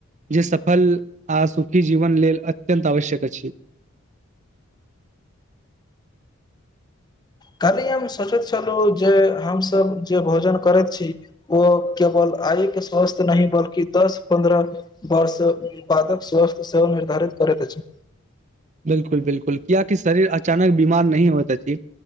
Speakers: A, on the right (about 35°); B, on the left (about 20°).
A: जे सफल आ सुखी जीवन लेल अत्यन्त आवश्यक अछि <inaudible>
B: कलही हम सोचैत छलौ जे हमसब जे भोजन करैत छी ओ केवल आयके स्वस्थ नहि बल्कि दस पन्द्रह वर्ष बादक स्वस्थ सेहो निर्धारित करैत अछी
A: <inaudible> बिलकुल बिलकुल कियाक शरीर अचानक बीमार नहि होत अछी